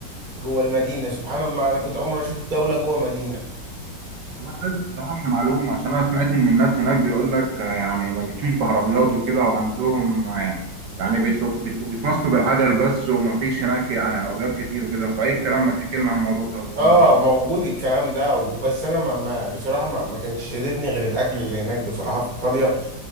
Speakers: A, on the right; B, on the right.
A: جوه المدينه سبحان الله انا كنت اول مره اشوف دوله جوه مدينه
B: طب انا عايزك تصحح لي معلومه عشان انا سمعت ان الناس هناك بيقول لك آه، يعني ما بيتشوش بعربيات وكده وعندهم آه، يعني بيتو- بيتو- بيتواصلوا بالعجل بس وما فيش هناك يعني عربيات كتير وكده فايه الكلام ما تحكي لنا عن الموضوع ده طالما
A: اه
B: رحت
A: موجود الكلام ده بس انا ما ما بصراحه ما, ما كانش شددني غير الاكل اللي هناك بصراحه في ايطاليا